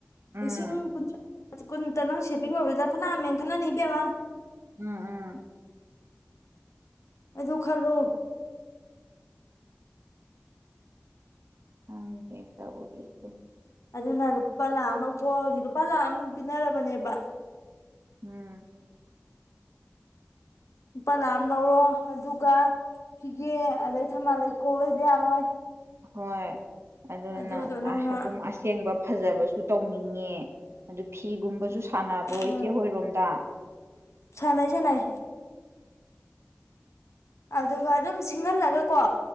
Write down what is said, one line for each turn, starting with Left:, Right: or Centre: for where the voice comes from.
Right: ꯎꯝ
Left: ꯂꯤꯁꯤꯡ ꯀꯨꯟꯊ꯭ꯔꯥ ꯀꯨꯟꯇ ꯅꯪ ꯁꯦꯚꯤꯡ ꯑꯣꯏꯕꯗ ꯐꯅꯌꯥꯝ ꯃꯦꯟꯈꯠꯅꯅꯤ ꯏꯕꯦꯝꯃ꯫
Right: ꯎꯝ ꯎꯝ꯫
Left: ꯑꯗꯨ ꯈꯜꯂꯨ꯫
Right: ꯈꯪꯗꯦ ꯇꯧꯔꯤꯁꯦ꯫
Left: ꯑꯗꯨꯅ ꯂꯨꯄꯥ ꯂꯥꯛ ꯑꯃ ꯂꯧꯊꯣꯛ ꯑꯣ ꯍꯥꯏꯁꯦ ꯂꯨꯄꯥ ꯂꯥꯛ ꯑꯃ ꯄꯤꯅꯔꯕꯅꯦꯕ꯫
Right: ꯎꯝ꯫
Left: ꯂꯨꯄꯥ ꯂꯥꯛ ꯑꯃ ꯂꯧꯔꯣ ꯑꯗꯨꯒ ꯐꯤꯒꯦ ꯑꯗꯩ ꯊꯝꯕꯥꯜ ꯂꯩꯈꯣꯛ ꯂꯩꯗꯤ ꯌꯥꯔꯣꯏ꯫
Right: ꯍꯣꯏ꯫ ꯑꯗꯨꯅ
Left: ꯑꯗꯨꯗꯣ ꯅꯪꯅ
Right: ꯑꯗꯨꯝ ꯑꯁꯦꯡꯕ ꯐꯖꯕꯁꯨ ꯇꯧꯅꯤꯡꯉꯦ ꯑꯗꯨ ꯐꯤꯒꯨꯝꯕꯁꯨ ꯁꯥ ꯁꯥꯟꯅꯕ꯭ꯔꯣ
Left: ꯎꯝ
Right: ꯏꯆꯦꯍꯣꯏ ꯔꯣꯝꯗ꯫
Left: ꯁꯥꯟꯅꯩ ꯁꯥꯟꯅꯩ ꯑꯗꯨꯒ ꯑꯗꯨꯝ ꯁꯤꯡꯍꯜꯂꯒ ꯀꯣ꯫